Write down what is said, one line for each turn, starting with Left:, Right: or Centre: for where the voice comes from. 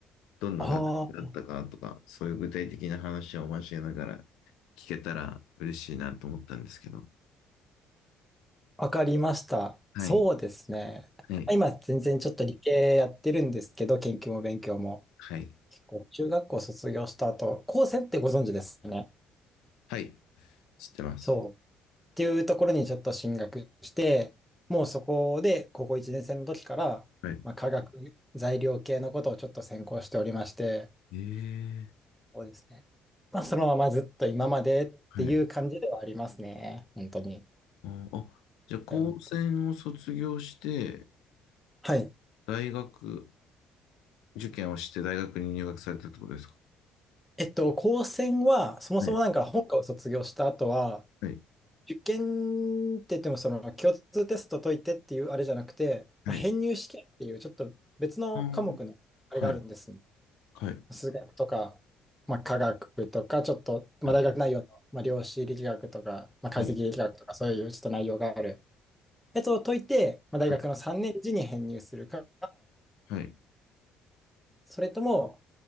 Left: どんな学科だったかとか、
Centre: ああ、
Left: そういう具体的な話を交えながら聞けたら嬉しいなと思ったんですけど。
Centre: わかりました。
Left: はい、
Centre: そうですね。
Left: はい、
Centre: 今、全然ちょっと理系やってるんですけど、研究も勉強も。
Left: はい、
Centre: 結構、中学校卒業した後、高専ってご存知ですよね。
Left: はい、知ってます。
Centre: そう。っていうところにちょっと進学して、もうそこで、高校1年生の時から、
Left: はい。
Centre: まあ、化学材料系のことをちょっと専攻しておりまして、
Left: ええ
Centre: そうですね。まあ、そのままずっと今までっていう感じではありますね。
Left: はい。
Centre: 本当に。
Left: あ、あじゃあ高専を卒業して、
Centre: はい。
Left: 大学受験をして大学に入学されたってことですか
Centre: えっと、高専は、そもそもなんか本科を卒業した後は、
Left: はい、はい、
Centre: 受験って言っても、その共通テスト解いてっていうあれじゃなくて、
Left: はい。
Centre: まあ、編入試験っていうちょっと別の科目のあれがあるんですね。
Left: はあ、はい、はい、
Centre: 数学とか、まあ、科学とか、ちょっと、まあ、
Left: はい、
Centre: 大学内容の、まあ、量子力学とか、まあ、解析力学とか、
Left: はい、
Centre: そういうちょっと内容があるやつを解いて、まあ、大学の3年次に編入するか、
Left: はい、はい、
Centre: それとも、